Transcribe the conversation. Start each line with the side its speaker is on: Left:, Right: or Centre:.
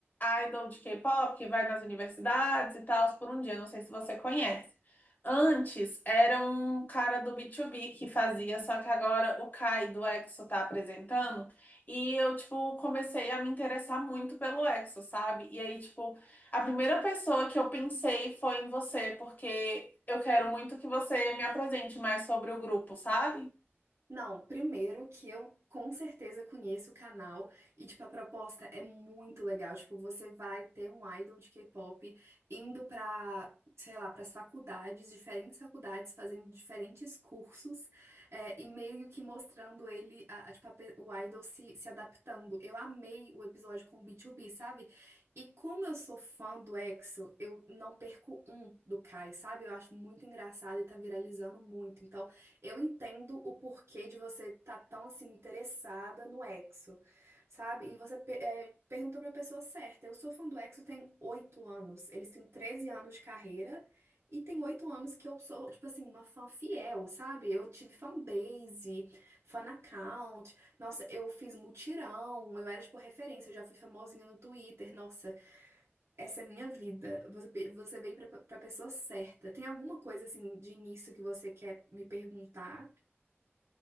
Left: idol de K-pop que vai nas universidades e tal por um dia, não sei se você conhece. Antes era um cara do B2B que fazia, só que agora o Kai do EXO tá apresentando. E eu, tipo, comecei a me interessar muito pelo EXO, sabe? E aí, tipo, A primeira pessoa que eu pensei foi em você, porque eu quero muito que você me apresente mais sobre o grupo, sabe?
Right: Não, primeiro que eu com certeza conheço o canal e, tipo, a proposta é muito legal. Tipo, você vai ter um idol de K-pop indo pra, sei lá, pras faculdades, diferentes faculdades, fazendo diferentes cursos é, e meio que mostrando ele, a, a, tipo, a pe- o idol se, se adaptando. Eu amei o episódio com o B2B, sabe? E como eu sou fã do EXO, eu não perco um do Kai, sabe? Eu acho muito engraçado e tá viralizando muito. Então, eu entendo o porquê de você estar tão assim interessada no EXO, sabe? E você pe- é, perguntou para a pessoa certa. Eu sou fã do EXO tem oito anos. Eles têm 13 anos de carreira e tem oito anos que eu sou, tipo assim, uma fã fiel, sabe? Eu tive fanbase, fan account. Nossa, eu fiz mutirão, eu era tipo referência, eu já fui famosinha no Twitter. Nossa, essa é a minha vida. Você, pe- você veio para a pessoa certa. Tem alguma coisa assim de início que você quer me perguntar?